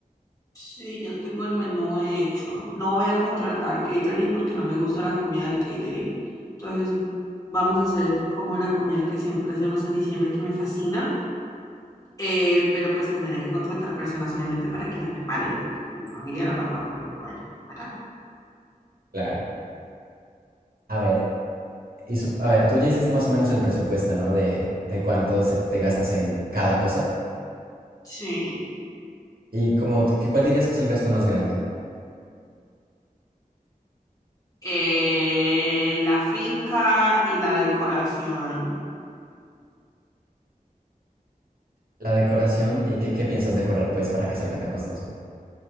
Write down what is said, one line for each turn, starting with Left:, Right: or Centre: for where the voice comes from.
Left: sí, ya tengo el menú hecho. No voy a contratar catering porque no me gusta la comida del catering. Entonces, vamos a hacer como la comida que siempre hacemos en diciembre, que me fascina. Eh, pero pues también hay que contratar personas, obviamente, para que la preparen, porque pues, mi familia no la puede pre- poder preparar.
Right: Claro. A ver, y sup- a ver, tú ya hiciste más o menos el presupuesto, ¿no? De, de cuánto se te gastas en cada cosa.
Left: Sí.
Right: ¿Y como, qué cuál dirías que es el gasto más grande?
Left: Eh, la finca y la decoración.
Right: La decoración y qué, qué piensas decorar, pues, para que salga tan costoso.